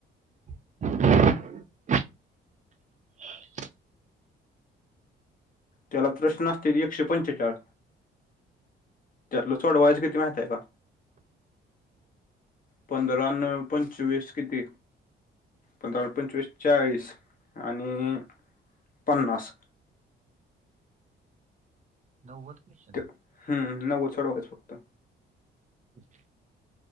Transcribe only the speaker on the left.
त्याला प्रशन असत्यात एकशे पंचेचाळ. त्यातलं सोडवायचं किती माहितय का? पंधरा अन पंचवीस किती? पंधरावर पंचवीस चाळीस आणि पन्नास.
ते हम नव्वद सोडवायच फक्त.